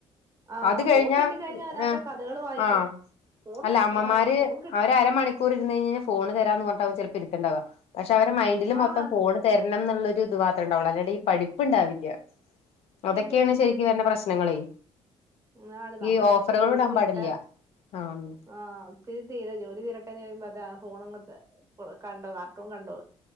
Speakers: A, on the right; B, on the left.
A: ആ
B: അത് കഴിഞ്ഞാ
A: ഫോൺ കിട്ടിക്കഴിഞ്ഞാൽ അതിനകത്തെ
B: ഏ
A: കഥകൾ വായിക്കാം
B: ആഹ
A: ഫോൺ
B: അല്ല അമ്മമാര്
A: ആ ഫോൺ കിട്ട
B: അവര് അരമണിക്ക് ഇരുന്ന് കൈഞ്ഞ ഫോണ് തരാന്ന് പറഞ്ഞ ചിലപ്പോ ഇരുക്കുണ്ടാവ പക്ഷെ അവരെ മൈന്റിൽ
A: ആണാണ്
B: മൊത്തം ഫോണ് തരണം എന്നുള്ളൊരു ഇത് മാത്രേ ഉണ്ടാവുള്ളൂ അല്ലാടെ ഈ പഠിപ്പ് ഉണ്ടാവില്ല അതൊക്കെയാണ്
A: ഇല്ല
B: ശെരിക്ക് വരുന്ന പ്രശ്നങ്ങളേ
A: ണ് നമ്മള
B: ഈ ഓഫറുകൾ
A: വെച്ച് ജോലി
B: ഇടാൻ
A: തീരട്ടെ
B: പാടില്ല ആഹ്
A: ആഹ ഒത്തിരി തീരെ ജോലി തീരട്ടെന്ന് പറയുമ്പോ അതാ ഫോണ അങ്ങത്തെ കണ്ടോ കാർട്ടൂൺ കണ്ടോ